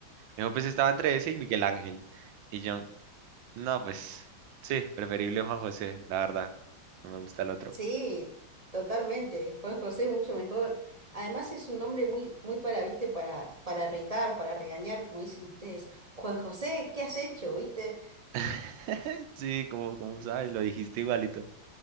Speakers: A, on the right; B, on the right.
A: dijo, pues estaba entre ese y Miguel Ángel. Y yo, no, pues sí, preferible Juan José, la verdad. No me gusta el otro.
B: Sí, totalmente. Juan José mucho mejor. Además es un nombre muy, muy para, viste, para, para retar, para regañar, como dicen ustedes. Juan José, ¿qué has hecho? ¿Viste?
A: <laughs> Sí, como, como sabes, lo dijiste igualito.